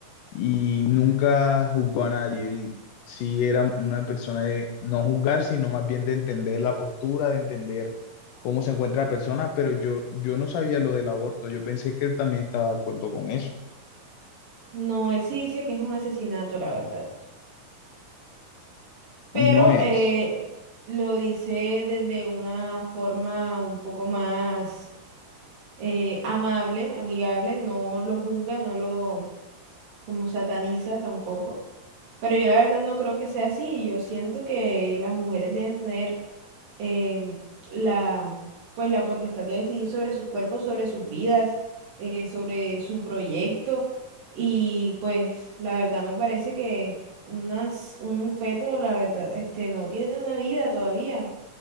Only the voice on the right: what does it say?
No, él sí dice que es un asesinato, la verdad,
pero
eh, lo dice desde una forma un poco más eh, amable, amigable, no lo juzga, no lo como sataniza tampoco. Pero yo la verdad no creo que sea así. Yo siento que las mujeres deben tener em, la, pues la potestad de decidir sobre sus cuerpos, sobre sus vidas, eh, sobre su proyecto. Y pues la verdad me parece que unas, un feto, la verdad, este, no tiene una vida todavía.